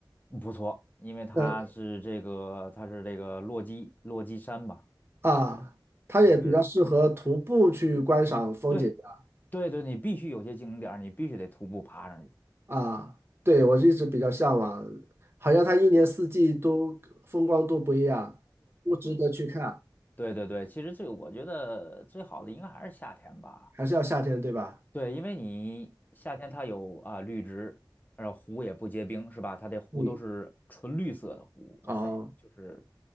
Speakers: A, on the left; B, on the right.
A: 不错，因为它是这个它是这个落基落基山吧，
B: 嗯啊，它也比较适合徒步去观赏风景的
A: 就是对对对，你必须有些景点儿你必须得徒步爬上去。
B: 啊。对，我一直比较向往，好像它一年四季都风光都不一样，不值得去看，
A: 对对对，其实最我觉得最好的应该还是夏天吧。
B: 还是要夏天，对吧？
A: 对，因为你夏天它有啊绿植，然后湖也不结冰，是吧？它的湖都是纯绿色的湖，
B: 嗯。哦
A: 哇塞，就是